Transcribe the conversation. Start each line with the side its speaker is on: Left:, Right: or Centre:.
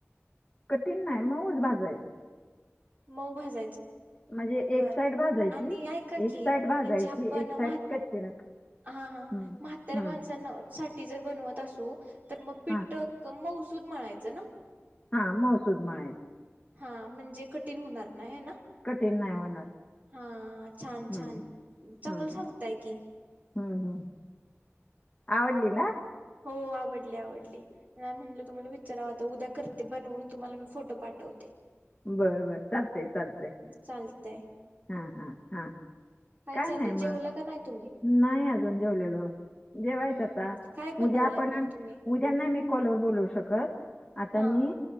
Left: कठीण नाही मऊच भाजायचं.
Right: मऊ भाज
Left: म्हणजे एक
Right: ब
Left: साइड भाजायची
Right: आणि क म्हणजे
Left: एक साइड भाजायची
Right: आपण.
Left: एक
Right: <inaudible>
Left: साइड कच्ची राख
Right: हा हा
Left: हम्म
Right: मगात्यार
Left: हम्म
Right: माणसांना. साठी जर बनवत असू तर मग पिठक
Left: हा
Right: मौसूद म्हणायचं ना.
Left: हा मसूद म्हणायच.
Right: हा म्हणजे कठीण होणार ना, हा ना?
Left: कठीण नाही होणार.
Right: हा छान
Left: हम्म
Right: छान चांगलं
Left: हम्म
Right: सांगताय की.
Left: हम्म हम्म, आवडली ना?
Right: हो आवडली आवडली. नाही म्हटलं तुम्हाला विचाराव तर उद्या करते बनवून तुम्हाला मी फोटो पाठवते.
Left: बरं बर चालतंय चालतंय.
Right: चालते.
Left: हा हा हा काय
Right: चाललंय
Left: नाही मग
Right: जेवला का नाही तुम्ही
Left: नाही अजून जेवलेल. जेवायच
Right: हम्म
Left: आता
Right: काय बनवलंय
Left: उद्या आपणद्या.
Right: मग तुम्ही
Left: त्यांना मी कॉलवर बोलवू शकत आता
Right: हा
Left: मी.